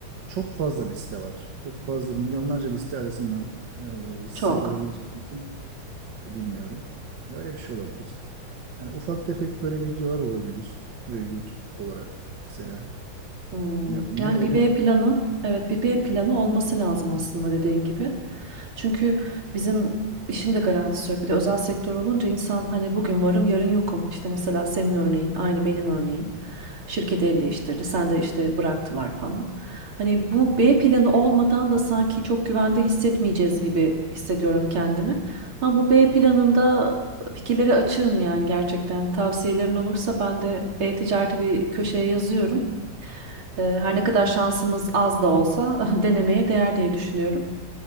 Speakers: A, on the right; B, on the right.
A: çok fazla liste var. Çok fazla milyonlarca liste arasından e, sıyrılabilecek
B: Çok.
A: misin bilmiyorum. Öyle bir şey olabilir. Yani ufak tefek böyle videolar olabilir e, YouTube olarak mesela.
B: Hmm,
A: Ne, ne
B: Yani
A: olur
B: bir B planı, evet bir B planı olması lazım aslında dediğin gibi. Çünkü bizim işin de garantisi yok. Bir de özel sektör olunca insan hani bugün varım yarın yokum. İşte mesela senin örneğin aynı benim örneğim. Şirket el değiştirdi, sen de işte bıraktılar falan. Hani bu B planı olmadan da sanki çok güvende hissetmeyeceğiz gibi hissediyorum kendimi. Ama bu B planında fikirlere açığım yani gerçekten. Tavsiyelerin olursa ben de e-ticareti bir köşeye yazıyorum. E, Her ne kadar şansımız az da olsa <laughs> denemeye değer diye düşünüyorum.